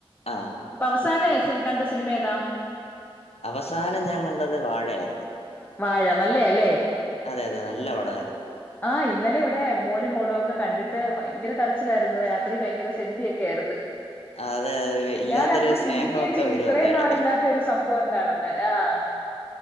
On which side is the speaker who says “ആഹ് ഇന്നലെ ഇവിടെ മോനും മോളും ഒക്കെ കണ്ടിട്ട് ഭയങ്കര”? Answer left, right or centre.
Left